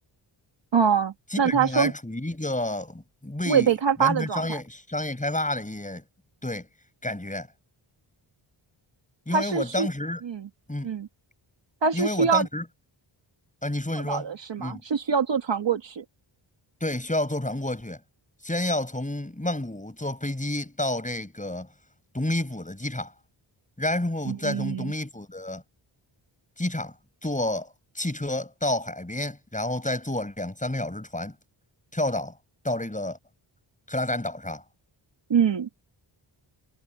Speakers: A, on the right; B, on the left.
A: 哦，
B: 基本上还处于一个未完全商业商业开发的一些对感觉，
A: 那他说未被开发的状态，
B: 因为我当时，
A: 它是需嗯嗯，
B: 嗯，
A: 它是需要
B: 因为我当时啊，你说你说，
A: 坐岛的是吗？
B: 嗯，
A: 是需要坐船过去？
B: 对，需要坐船过去，先要从曼谷坐飞机到这个董里府的机场，然后再从董里府的
A: 嗯
B: 机场坐汽车到海边，然后再坐两三个小时船，跳岛到这个克拉赞岛上。
A: 嗯，